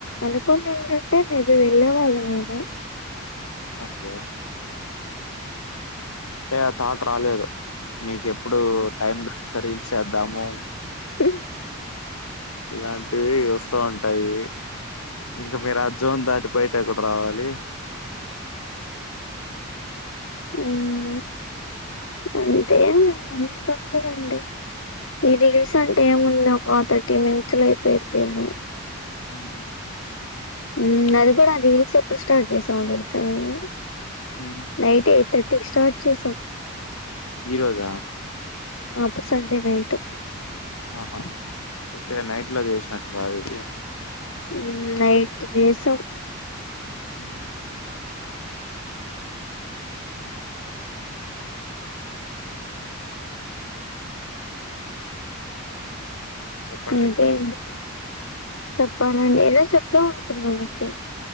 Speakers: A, on the left; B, on the left.
A: అనుకొని ఉండుంటే మేబి వెళ్ళే వాళ్ళం ఏమో.
B: ఓకే అంటే ఆ థాట్ రాలేదు మీకు ఎప్పుడు టైం దొరికితే రీల్స్ చేద్దాము
A: హ్మ్.
B: ఇలాంటివి వస్తూ ఉంటాయి. ఇంకా మీరు ఆ జోన్ దాటి బయట ఎప్పుడు రావాలి.
A: ఉమ్ అంటే అంతుండదండి. ఈ రీల్స్ అంటే ఏముంది ఒక థర్టీ మినిట్స్ లో అయిపేయిద్దేమో.
B: హ్మ్
A: ఉ అది కూడా రీల్స్ ఎప్పుడు స్టార్ట్ చేసామో తెలుసా మేము.
B: హ్
A: నైట్ ఎయిట్ థర్టీకి స్టార్ట్ చేసాం.
B: ఈరోజా?
A: అప్పుడు సండే నైట్.
B: ఆహా ఓకే నైట్లో చేసినట్టు బావీ
A: మ్ నైట్ చేసం
B: <inaudible> చెప్పండి.
A: ఇంక ఏంది చెప్పాలండి ఏదో చెప్దాం అనుకున్నా మీకు